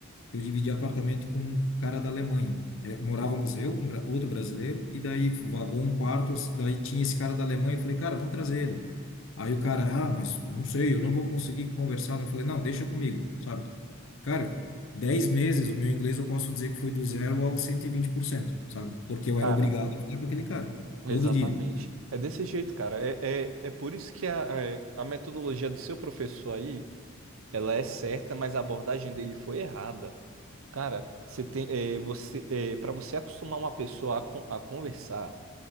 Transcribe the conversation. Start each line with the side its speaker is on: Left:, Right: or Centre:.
Left: que eu dividi apartamento com um cara da Alemanha. É, morávamos eu, um, bra- outro brasileiro, e daí vagou um quarto, daí tinha esse cara da Alemanha. Eu falei, cara, vamos trazer ele. Aí o cara, ah, mas não sei, eu não vou conseguir conversar. Eu falei, não, deixa comigo, sabe? Cara, 10 meses, o meu inglês eu posso dizer que foi do zero ao cento e vinte por cento sabe? Porque eu
Right: Cara,
Left: era obrigado a falar com aquele cara,
Right: exatamente.
Left: todo dia.
Right: É desse jeito, cara. É, é, é por isso que a, é, a metodologia do seu professor aí. ela é certa, mas a abordagem dele foi errada. Cara, você tem, eh, você, para você acostumar uma pessoa a, con- a conversar,